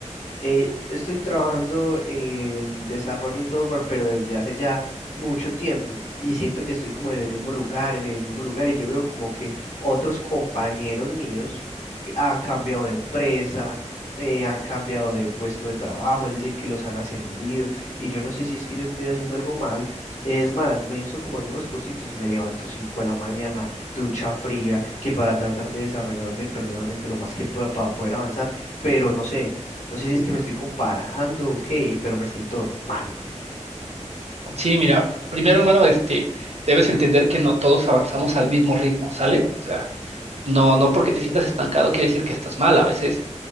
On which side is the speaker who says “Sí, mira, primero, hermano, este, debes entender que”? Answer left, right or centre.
Right